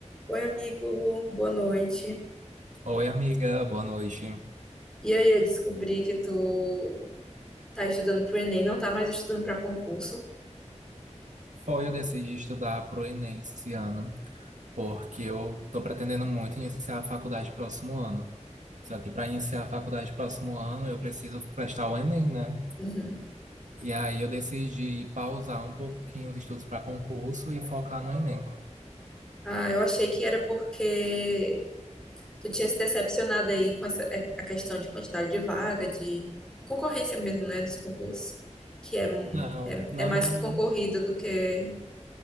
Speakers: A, in the centre; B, on the right.
A: Oi, amigo, boa noite.
B: Oi, amiga, boa noite.
A: E aí, eu descobri que tu tá estudando pro Enem, não tá mais estudando pra concurso.
B: Foi, eu decidi estudar pro Enem esse ano, porque eu tô pretendendo muito iniciar a faculdade próximo ano. Só que para iniciar a faculdade próximo ano, eu preciso prestar o Enem, né?
A: Uhum.
B: E aí eu decidi pausar um pouquinho os estudos para concurso e focar no Enem.
A: Ah, eu achei que era porque tu tinha se decepcionado aí com essa, é, a questão de quantidade de vaga, de concorrência mesmo, né, dos concursos, que é, um-
B: Não,
A: é,
B: não,
A: é mais
B: não
A: concorrido do que,